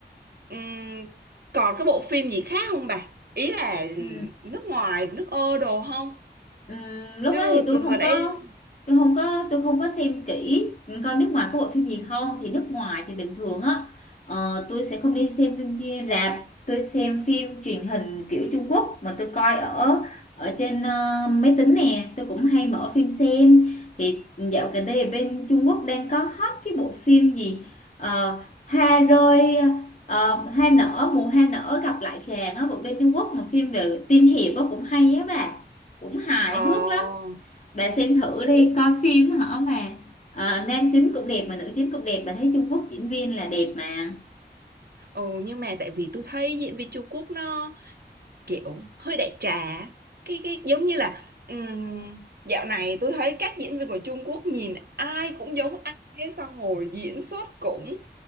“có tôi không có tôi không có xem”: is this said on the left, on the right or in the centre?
Left